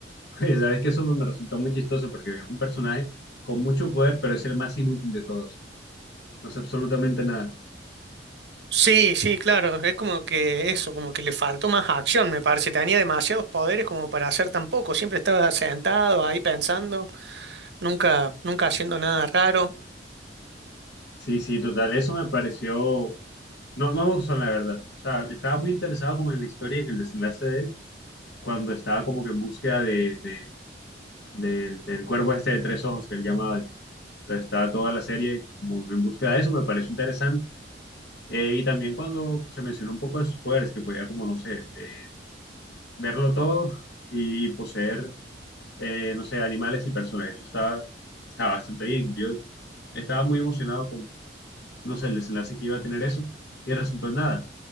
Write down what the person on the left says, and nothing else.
<laughs> sabes que eso me resultó muy chistoso porque es un personaje con mucho poder, pero es el más inútil de todos. No hace absolutamente nada.
Sí, sí, total. Eso me pareció. No, no me gustó, la verdad. O sea, estaba muy interesado como en la historia y en el desenlace de él, cuando estaba como que en búsqueda de, de- de- del cuervo este de tres ojos que él llamaba. Entonces estaba toda la serie como en búsqueda de eso, me pareció interesante. Eh, y también cuando se mencionó un poco de sus poderes, que podía como, no sé, eh, verlo todo y poseer, eh, no sé, animales y personas. Eso estaba, estaba bastante bien. Yo estaba muy emocionado no sé, el desenlace que iba a tener eso, y resultó en nada.